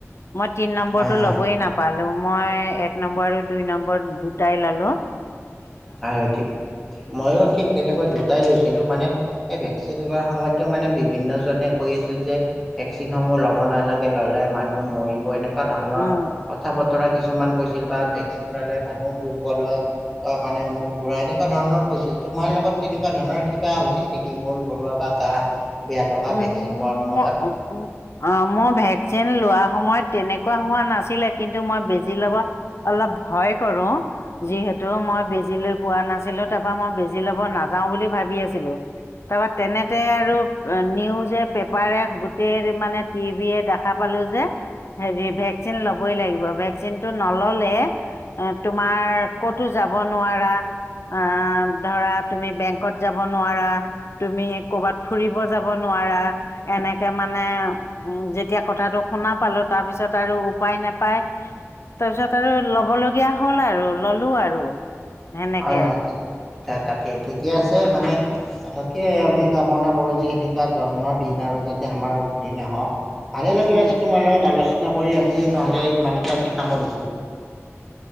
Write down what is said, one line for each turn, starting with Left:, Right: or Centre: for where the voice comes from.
Left: মই তিনি নম্বৰটো
Centre: হয় হয়
Left: ল'বই নাপা নাপালোঁ মই এক নম্বৰ আৰু দুই নম্বৰত দুটাই ললোঁ।
Centre: হয় ঠিক ময়ো ঠিক তেনেকৈ দুটাই লৈছিলোঁ মানে এই ভেকচিন লোৱাৰ সময়তো মানে বিভিন্ন জনে কৈ আছিল যে ভেকচিনসমূহ ল'ব নালাগে ল'লে মানুহ মৰিব এনেকে এনেকুৱা ধৰণৰ
Left: উম
Centre: কথা বতৰা কিছুমান কৈছিল বা ভেকচিন ল'লে মানুহ দুৰ্বল হয়, মানে মূৰ ঘুৰাই, এনেকুৱা ধৰণৰ কৈছিল তোমাৰ লগত তেনেকুৱা ধৰণৰ কিবা হৈছিল নেকি, মোৰ ঘুৰোৱা বা গা বেয়া লগা
Left: মোৰ
Centre: ভেকচিন লোৱাৰ সময়ত,
Left: অ' মোৰ ভেকচিন লোৱা সময়ত তেনেকুৱা হোৱা নাছিলে, কিন্তু মই বেজি ল'ব অলপ ভয় কৰোঁ। যিহেতু মই বেজি লৈ পোৱা নাছিলোঁ। তাৰপা মই বেজি ল'ব নাযাওঁ বুলি ভাবি আছিলোঁ। তাৰপা তেনেতে আৰু নিউজে পেপাৰে গোটেই মানে টিভিয়ে দেখা পালোঁ যে, হেৰি ভেকচিন ল'বই লাগিব, ভেকচিনটো নল'লে এ‌ তোমাৰ ক'তো যাব নোৱাৰা, অ' ধৰা তুমি বেংকত যাব নোৱাৰা, তুমি কৰবাত ফুৰিব যাব নোৱাৰা, এনেকে মানে উম যেতিয়া কথাটো শুনা পালোঁ, তাৰ পিছত আৰু উপায় নাপায় তাৰপিছত আৰু ল'ব লগীয়া হ'ল আৰু ললোঁ আৰু সেনেকে
Centre: হয়-হয় ঠিক তাকে, ঠিকে আছে মানে তাকে আমি কামনা কৰোঁ যে সেনেকুৱা <unintelligible> দিন আৰু যাতে আমাৰ ঘূৰি নাহক। ভালেই লাগিলে
Left: উম
Centre: আজি তোমাৰ লগত আলোচনা কৰি আমি নহ'লে ইমানতে আজি সামৰিছোঁ।